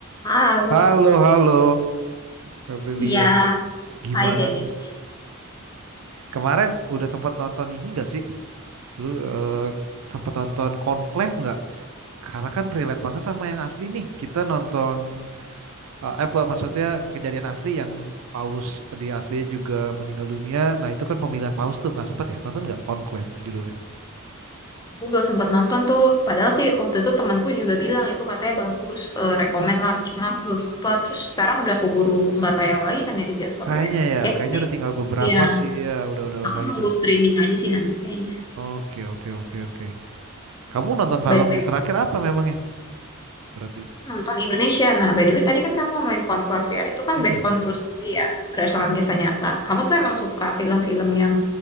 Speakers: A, on the left (about 20°); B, on the right (about 85°).
A: Halo,
B: Halo, halo, Kak Brilian.
A: iya,
B: Gimana
A: Hai Dennis.
B: nih? Kemarin udah sempat nonton ini gak sih? Lu sempat nonton Conclave nggak? Karena kan relate banget sama yang asli nih. Kita nonton, eh eh, apa maksudnya kejadian asli yang Paus di asli juga meninggal dunia. Nah itu kan pemilihan Paus tuh nggak sempat ya? Nonton nggak Conclave judulnya?
A: Gue belum sempat nonton tuh. Padahal sih waktu itu temanku juga bilang itu katanya bagus, eh, rekomen lah. Cuma aku belum sempat. Terus sekarang udah keburu nggak tayang lagi kan ya di bioskop
B: Kayaknya
A: ya.
B: ya,
A: Kayaknya
B: kayaknya
A: sih,
B: udah tinggal beberapa
A: ya
B: sih ya. Udah udah
A: aku
B: nggak
A: nunggu
B: gitu.
A: streaming aja sih nanti kayaknya.
B: Oke oke oke oke. Kamu nonton film
A: By the
B: terakhir
A: way,
B: apa memangnya? Berarti?
A: nonton Indonesia. Nah, by the way tadi kan kamu main Conclave ya. Itu kan
B: Mm-mm.
A: based on true story ya, berdasarkan kisah nyata. Kamu tuh emang suka film-film yang